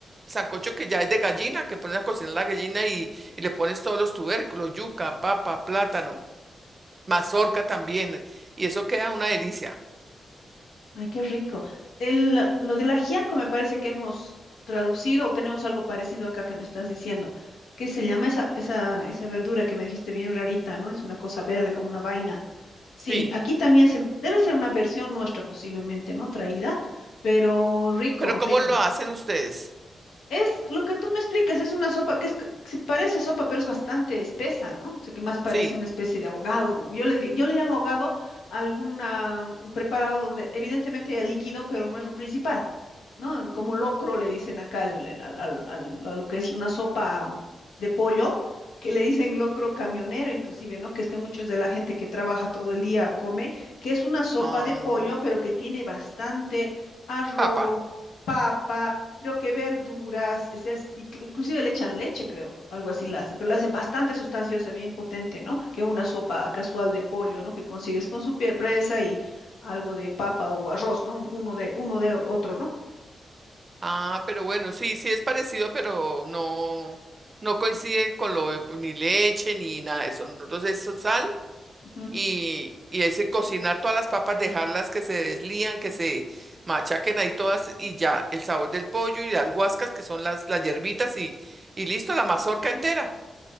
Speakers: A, on the right; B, on the left.
A: Sancocho que ya es de gallina, que pones a cocinar la gallina y, y le pones todos los tubérculos, yuca, papa, plátano mazorca también. Y eso queda una delicia.
B: Ay, qué rico. El, lo del ajiaco me parece que hemos traducido o tenemos algo parecido acá que me estás diciendo. ¿Qué se llama esa, esa, esa verdura que me dijiste bien rarita, ¿no? Es una cosa verde como una vaina. Sí,
A: Sí.
B: aquí también se, debe ser una versión nuestra posiblemente, ¿no? Traída, pero rico,
A: Pero ¿cómo
B: rico.
A: lo hacen ustedes?
B: Es lo que tú me explicas, es una sopa que es, c- sí parece sopa, pero es bastante espesa, ¿no? O sea, que más parece
A: Sí.
B: una especie de ahogado. Yo le, diría- yo le llamo ahogado a alguna, un preparado donde evidentemente hay líquido, pero no es lo principal, ¿no? Como locro le dicen acá al, al- al- al- al- a lo que es una sopa mm, de pollo, que le dicen locro camionero inclusive, ¿no? Que es que muchos de la gente que trabaja todo el día come, que es una sopa
A: Ah,
B: de pollo, pero que tiene bastante arroz,
A: papa.
B: papa creo que verduras, ese es- inclu- inclusive le echan leche, creo, algo así la hacen, pero la hacen bastante sustanciosa, bien potente, ¿no? Que una sopa casual de pollo, ¿no? Que consigues con su piel presa y algo de papa o arroz, ¿no? Un- Uno de, uno de otro, ¿no?
A: Ah, pero bueno, sí, sí es parecido, pero no, no coincide con lo de ni leche ni nada de eso. Nosotros es so- sal
B: Ujú.
A: y, y ese cocinar todas las papas, dejarlas que se deslían, que se machaquen ahí todas y ya el sabor del pollo y las guascas que son las, las hierbitas y, y listo, la mazorca entera.